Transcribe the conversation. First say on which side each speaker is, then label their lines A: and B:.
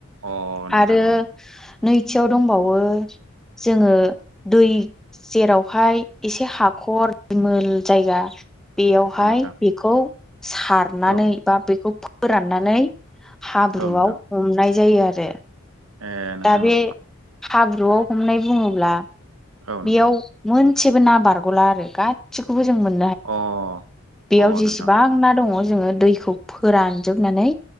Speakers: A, on the right; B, in the centre.
A: औ अ नोंथां
B: आरो
A: औ
B: नैथियाव दंबावो जोङो दै जेरावहाय एसे हाखर दिमोल जायगा बेयावहाय
A: औ नोंथां
B: बेखौ सारनानै
A: औ
B: बा बेखौ फोराननानै हाब्रुआव
A: औ नोंथां
B: हमनाय जायो आरो
A: ए नोंथां
B: दा बे
A: औ
B: हाब्रुआव हमनाय बुङोब्ला
A: औ नोंथां
B: बेयाव मोनसेबो ना बारग'ला आरो गासिखौबो जों मोनो
A: अ
B: बेयाव
A: अ
B: जेसेबां
A: नोंथां
B: ना दङ जोङो दैखौ फोरानजोबनानै